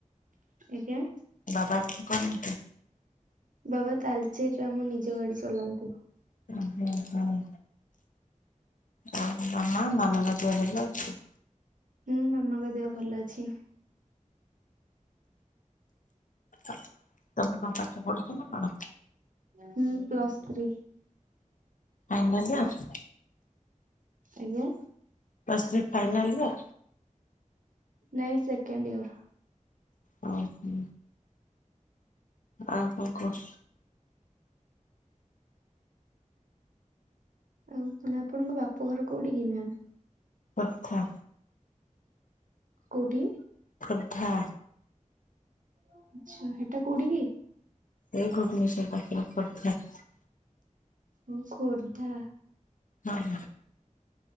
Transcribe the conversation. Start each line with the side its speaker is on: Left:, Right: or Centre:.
Right: ଛ ଏ।
Left: ବାବା କି କରନ୍ତି।
Right: ବାବା ତାଲଚେରରେ ଆମ ନିଜ ଗାଡି ଚଲାନ୍ତି।
Left: ହୁଁ ହୁଁ ହୁଁ। ଆଉ ମାମାଙ୍କ ପ
Right: ହୁଁ ମାମାଙ୍କ ଦେହ ଭଲ ଅଛି।
Left: ଆ ତମେ କଣ ପାଠ? ପଢୁଛ ନା କଣ?
Right: ହୁଁ ପ୍ଲସ୍ ଥ୍ରୀ।
Left: ଫାଇନାଲି ଆଉ।
Right: ଆଜ୍ଞା।
Left: ପ୍ଲସ ଥ୍ରୀ ଫାଇନାଲ ନା।
Right: ନାଇଁ ସେକେଣ୍ଡ ଇୟର।
Left: ହଁ ହଁ ଆଉ କଣ କୁହ?
Right: ଆଉ କଣ ଆପଣଙ୍କ ବାପଘର କୋଉଠି କି ମେମ୍
Left: ଆଚ୍ଛା।
Right: କୋଉଠି?
Left: ଖୋର୍ଦ୍ଧା।
Right: ଆଚ୍ଛା ସେଟା କୋଉଠିକି?
Left: ଏ ଗୁରକୁ ମିଶେଇ ପାଞ୍ଚ <unintelligible>
Right: ଉଁ ଖୋର୍ଦ୍ଧା।
Left: ହଁ ହ।